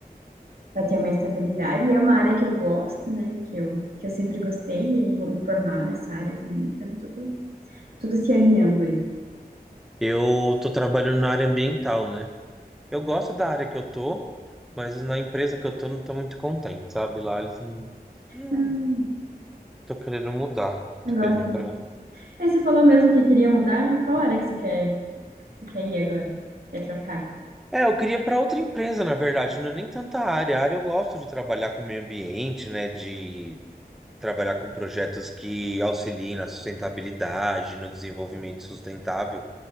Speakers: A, on the right (about 70°); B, in the centre.
A: vai ter uma estabilidade e é uma área que eu gosto, né? Que eu, que eu sempre gostei e aí vou me formar nessa área também. Então, tudo, tudo se alinhando aí.
B: Eu tô trabalhando na área ambiental, né? Eu gosto da área que eu tô, mas na empresa que eu tô não tô muito contente, sabe? Lá eles não, não
A: Não,
B: tô querendo mudar,
A: não
B: tô
A: gosto
B: querendo ir pra...
A: muito. Aí você falou mesmo que queria mudar, né? Qual área que você quer, você quer ir agora? Quer trocar?
B: É, eu queria para outra empresa, na verdade, não é nem tanta área. A área eu gosto de trabalhar com o meio ambiente, né? De trabalhar com projetos que auxiliem na sustentabilidade, no desenvolvimento sustentável.